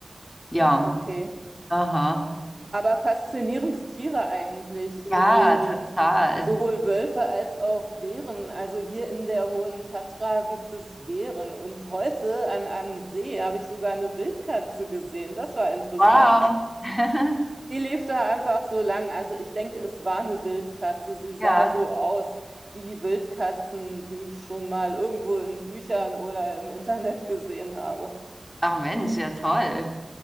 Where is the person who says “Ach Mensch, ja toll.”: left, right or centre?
Left